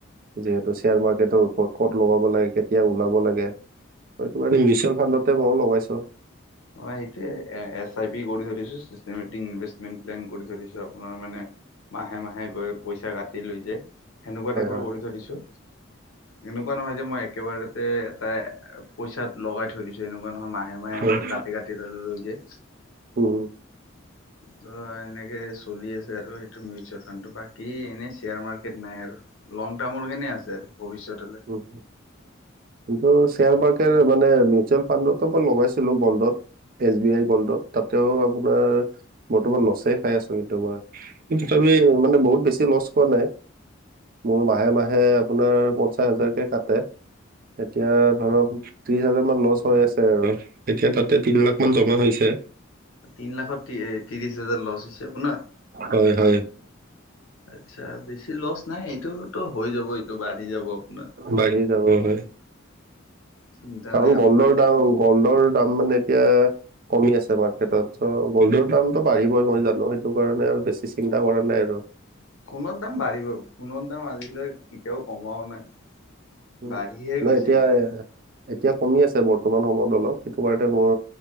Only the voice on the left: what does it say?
মই‌ সেইটোৱে। এছ আই পি কৰি থৈ দিছোঁ। চিষ্টেমেটিক ইনভেষ্টমেণ্ট প্লেন কৰি থৈ দিছোঁ। আপোনাৰ মানে মাহে -মাহে গৈ পইচা কাটি লৈ যায়। সেনেকুৱা
টাইপৰ
কৰি থৈ দিছোঁ। এনেকুৱা নহয় যে, মই একেবাৰতে এটা পইচাত লগাই থৈ দিছোঁ যে এনেকুৱা নহয়, মাহে -মাহে
মোৰ কাটি -কাটি তালৈ লৈ যায়
ত' এনেকে চলি আছে আৰু, সেইটো মিউচুৱেল ফাণ্ডটো। বাকী কি এনেই শ্বেয়াৰ মাৰ্কেট নাই আৰু। লং টাৰ্মৰ কাৰণে আছে আৰু, ভৱিষ্যতলৈ
তিন লাখত তি ত্ৰিশহাজাৰ লছ হৈছে আপোনাৰ?
আচ্ছা। বেছি লছ নাই। এইটো তো হৈ যাবই। -টো বাঢ়ি যাব আপোনাৰ।
চিন্তা
নাই আপোনাৰ
সেইটো।
সোণৰ দাম বাঢ়িবই। সোণৰ দাম আজিলৈ কেতিয়াও কমাও নাই।
বাঢ়িহে
গৈছে
এইটো।